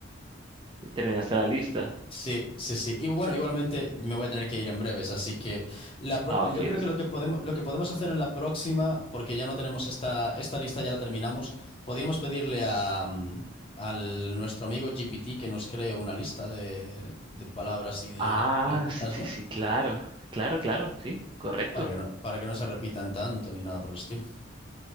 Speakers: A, on the right; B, on the left.
A: terminaste la lista.
B: Sí, sí, sí. Y bueno, igualmente me voy a tener que ir en breves, así que la pro-
A: Ah,
B: yo
A: ok,
B: creo
A: listo.
B: que lo que podemos, lo que podemos hacer en la próxima, porque ya no tenemos esta, esta lista, ya la terminamos, podríamos pedirle a, mm, al nuestro amigo GPT que nos cree una lista de, de palabras y de
A: Ah,
B: prohibidas,
A: sí, sí,
B: ¿no?
A: sí, claro. Claro, claro, sí, correcto.
B: Para que no, para que no se repitan tanto ni nada por el estilo.